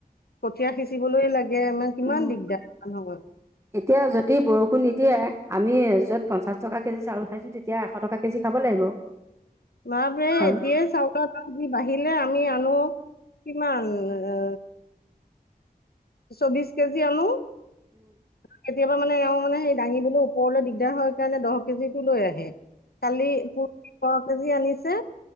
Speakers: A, on the left; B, on the right.
A: কঠীয়া সিঁচিবলৈ লাগে, মানে কিমান
B: উম
A: দিগদাৰ মানুহবোৰ
B: এতিয়া যদি বৰষুণ নিদিয়ে, আমি য'ত পঞ্চাশ টকা কেজি চাউল খাইছো, তেতিয়া এশ টকা কেজি খাব লাগিব।
A: <inaudible> বাপৰেই
B: চাউল
A: এতিয়াই চাউল দাম যি বাঢ়িলে, আমি আনো, কিমান এ চৌবিচ কেজি আনো কেতিয়াবা মানে এওঁ মানে সেই দাঙিবলৈ ওপৰলৈ দিগদাৰ হয় কাৰণে দহ কেজিটো লৈ আহে। কালি <unintelligible> কেজি আনিছে,